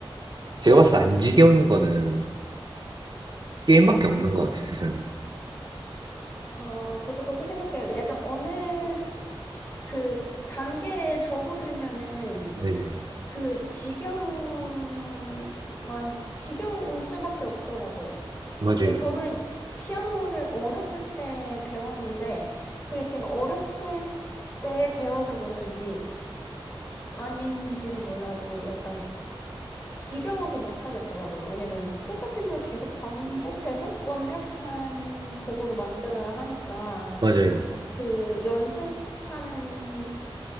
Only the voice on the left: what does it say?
<laughs> 어, 저도 그렇게 생각해요. 약간 어느 그 단계에 접어들면은
그 지겨울만 지겨울 수밖에 없더라고요.
근데 저는 피아노를 어렸을 때 배웠는데 그게 제가 어렸을 때 배워서 그런지 아닌지는 몰라도 약간 지겨워서 못 하겠더라고요. 왜냐면은 똑같은 걸 계속 반복해서 완벽한 곡으로 만들어야 하니까
그 연습하는